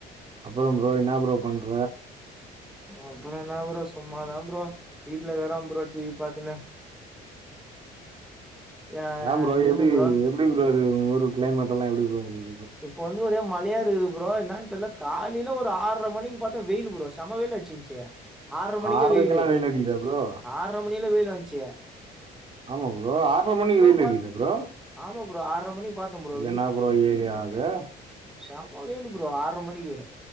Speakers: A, on the right; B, in the centre.
A: அப்பறம் ப்ரோ என்னா ப்ரோ பண்ற
B: அப்பறொ என்னா ப்ரோ சும்மாதா ப்ரோ வீட்ல இருக்ற ப்ரோ டிவி பாத்துன்னு ஆ
A: ஏம் ப்ரோ
B: நீங்க
A: எப்டி
B: ப்ரோ
A: எப்டி ப்ரோ இருக்து உங் ஊரு க்ளைமெட்டெல்லா எப்டி ப்ரோ இரு
B: இப்ப வந்து ஒரே மழையா க்குது ப்ரோ என்னான் தெர்ல காலைல ஒரு ஆற்ர மணிக்கு பாத்தா வெயிலு ப்ரோ செம்ம வெயில் அட்சிஞ்ச்சி ஆறரை மணிக்கே
A: ஆறரைக்கெல்லாம்
B: வெயிலு
A: வெயில் அடிக்குதா ப்ரோ
B: ஆறரை மணிக்குல்லா வெயிலு வன்சே
A: ஆமா ப்ரோ ஆற்ரை மணிக்கு வெயிலு
B: பாத்
A: அடிக்கிதா ப்ரோ
B: ஆமா ப்ரோ ஆறரை மணிக்கு பாத்தே ப்ரோ
A: என்னா ப்ரோ ஏரியா அது
B: செம்ம வெயிலு ப்ரோ ஆற்ரை மணிக்கு